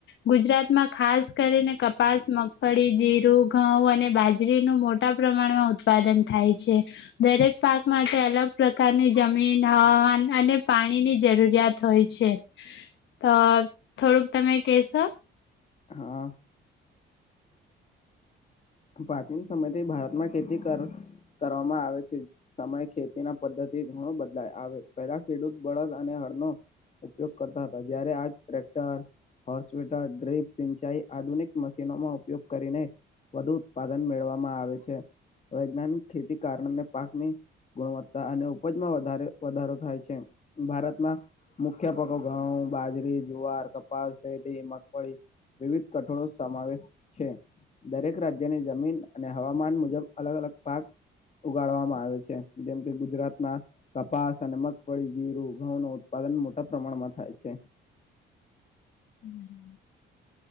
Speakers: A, on the left; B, on the left.
A: ગુજરાતમાં ખાસ કરીને કપાસ મગફળી જીરું ઘઉં અને બાજરીનું મોટા પ્રમાણમાં ઉત્પાદન થાય છે. દરેક પાક માટે અલગ પ્રકારની જમીન હવામાન અને પાણીની જરૂરિયાત હોય છે તો થોડુંક તમે કેશો
B: હા. પ્રાચીન સમય થી ભારતમાં ખેતી કર કરવામાં આવે છે. સમય ખેતી ના પદ્ધતિ ઘણો બદલાય આવે પેલા ખેડૂત બળદ અને હરનો ઉપયોગ કરતા હતા જયારે આજ ટ્રેક્ટર હોર્ સ્વેટર ડ્રીપ સિંચાઈ આધુનિક મશીનોમાં ઉપયોગ કરીને વધુ ઉત્પાદન મેળવામાં આવે છે વૈજ્ઞાનિક ખેતી કારણને પાકની ગુણવત્તા અને ઉપજમાં વધારે વધારો થાય છે ભારતમાં મુખ્ય પકો ઘઉં બાજરી જુવાર કપાસ શેડી મગફળી વિવિધ કઠોળો સમાવેશ છે. દરેક રાજ્યની જમીન અને હવામાન મુજબ અલગ અલગ પાક ઉગાડવામાં આવે છે જેમ કે ગુજરાતમાં કપાસ અને મગફળી જીરું ઘઉં ન ઉત્પાદન મોટા પ્રમાણમાં થાય છે.
A: <inaudible> <unintelligible>